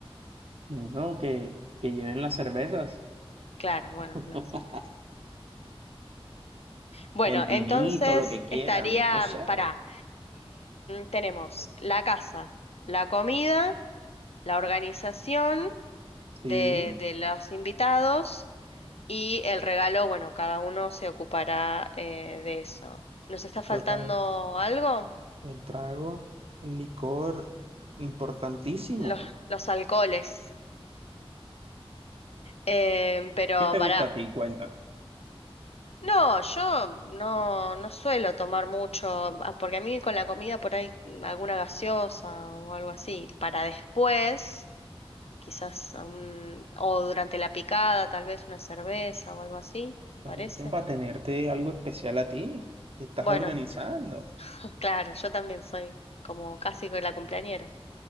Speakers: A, on the right; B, on the left.
A: bueno, que, que lleven las cervezas,
B: Claro, bueno,
A: <laughs>
B: los. Bueno,
A: el vinito,
B: entonces
A: lo que quieran,
B: estaría,
A: no sé.
B: para tenemos la casa, la comida, la organización de,
A: Sí,
B: de los invitados Y el regalo, bueno, cada uno se ocupará eh, de eso. ¿Nos está faltando
A: total.
B: algo?
A: El trago, el licor, importantísimo.
B: Los, los alcoholes. Em, pero
A: ¿Qué te gusta
B: pará.
A: a ti? Cuéntame.
B: No, yo no, no suelo tomar mucho, ah, porque a mí con la comida por ahí mm, alguna gaseosa o algo así, para después, quizás, algún- o durante la picada, tal vez una cerveza o algo así, ¿te
A: Por
B: parece?
A: eso, para tenerte algo especial a ti, que estás
B: Bueno,
A: organizando.
B: <laughs> claro, yo también soy como casi con la cumpleañera.